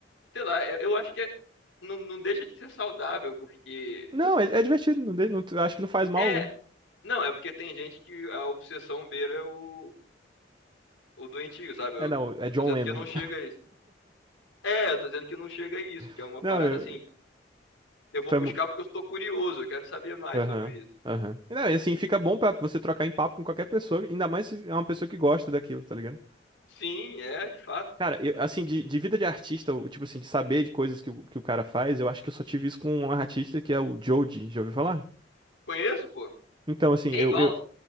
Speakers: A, on the left (about 80°); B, on the right (about 25°).
A: sei lá, eu, eu acho que é- não, não deixa de ser saudável, porque
B: Não, é, é divertido. Não, de- não- acho que não faz mal
A: é,
B: algum.
A: não, é porque tem gente que a obsessão beira o, o doentio, sabe? Eu
B: É, não, é John
A: tô dizendo
B: Lennon.
A: que eu não chega a isso. É, eu tô dizendo que não chega a isso,
B: <laughs>
A: que é uma parada
B: Não, eu,
A: assim. Eu vou
B: Tu
A: buscar
B: é muito.
A: porque eu estou curioso, eu quero saber mais
B: Aham,
A: sobre isso.
B: aham. E Não, e assim, fica bom pra você trocar em papo com qualquer pessoa, ainda mais se é uma pessoa que gosta daquilo, tá ligado?
A: Sim, é, de fato.
B: Cara, eu, assim, de, de vida de artista, o- tipo assim, de saber de coisas que, o- que o cara faz, eu acho que eu só tive isso com um artista que é o Joji, já ouviu falar?
A: Conheço, pô.
B: Então, assim,
A: Ei,
B: eu,
A: Balls.
B: eu...